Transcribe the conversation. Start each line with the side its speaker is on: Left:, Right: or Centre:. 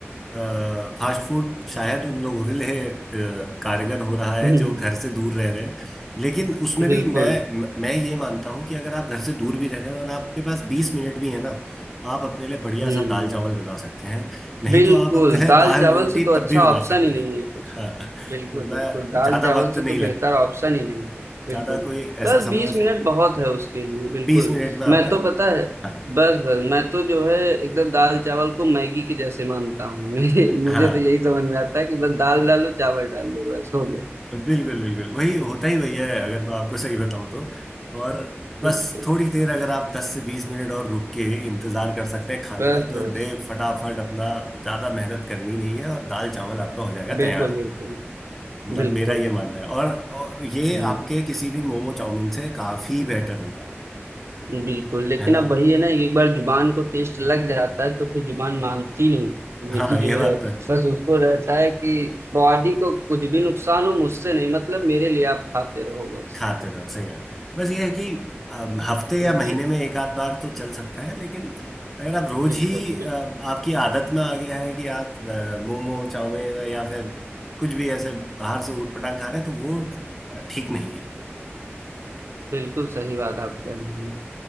Centre: फास्ट फूड शायद उन लोगों के लिए अ, कारगर हो रहा है
Right: हम्म
Centre: जो घर से दूर रह रहे हैं लेकिन उसमें
Right: बिल्कुल
Centre: भी मैं मैं ये मानता हूँ कि अगर आप घर से दूर भी रह रहे हैं और आपके पास बीस मिनट भी है ना आप अपने लिए बढ़िया
Right: हम्म
Centre: सा दाल चावल बना सकते हैं नहीं
Right: बिल्कुल
Centre: तो आप अपने लिए
Right: दाल
Centre: दाल
Right: चावल
Centre: रोटी
Right: से तो
Centre: तब
Right: अच्छा
Centre: भी बना
Right: ऑप्शन
Centre: सकते
Right: ही नहीं
Centre: हैं
Right: है कुछ
Centre: हाँ अपना
Right: बिल्कुल बिल्कुल दाल
Centre: ज्यादा
Right: चावल
Centre: वक्त
Right: से
Centre: नहीं
Right: तो
Centre: लगता
Right: बेहतर ऑप्शन ही नहीं है बिल्कुल
Centre: ज्यादा कोई
Right: बस
Centre: ऐसा
Right: बीस
Centre: समय
Right: मिनट बहुत है उसके लिए बिल्कुल
Centre: बीस मिनट में आपका
Right: मैं तो पता है
Centre: हाँ
Right: बस बस मैं तो जो है एकदम दाल चावल को मैगी के जैसे मानता हूँ <laughs> मेरे
Centre: हाँ
Right: मुझे तो यही समझ में आता है कि बस दाल डालो चावल डालो बस हो
Centre: बिल्कुल बिल्कुल वही होता ही वही है अगर मैं आपको सही बताऊं तो और बस
Right: गया
Centre: थोड़ी देर अगर आप दस से बीस मिनट और रुक के इंतजार कर सकते हैं खाने
Right: बस
Centre: का तो
Right: बस
Centre: दे फटाफट अपना ज्यादा मेहनत करनी नहीं है और दाल चावल आपका हो जाएगा
Right: बिल्कुल
Centre: तैयार
Right: बिल्कुल
Centre: मतलब
Right: बिल्कुल
Centre: मेरा ये मानना है और, और ये
Right: हम्म
Centre: आपके किसी भी मोमो चाउमीन से काफी बेटर होगा
Right: बिल्कुल लेकिन
Centre: है ना
Right: अब वही है ना एक बार जुबान को टेस्ट लग जाता है तो फिर जुबान मानती नहीं
Centre: हाँ
Right: है कि
Centre: ये
Right: जो
Centre: बात
Right: है बस
Centre: तो है।
Right: उसको रहता है कि बॉडी को कुछ भी नुकसान हो मुझसे नहीं मतलब मेरे लिए आप खाते रहो बस
Centre: खाते रहो सही बात है बस ये है कि अम, हफ्ते या
Right: ये
Centre: महीने में एक आध बार तो चल सकता है लेकिन अगर आप रोज
Right: बिल्कुल
Centre: ही अ, आपकी आदत में आ गया है कि आप अ, मोमो चाउमीन या फिर कुछ भी ऐसे बाहर से ऊट पटांग खा रहे हैं तो वो अ, ठीक नहीं है
Right: बिल्कुल सही बात आप कह रहे हैं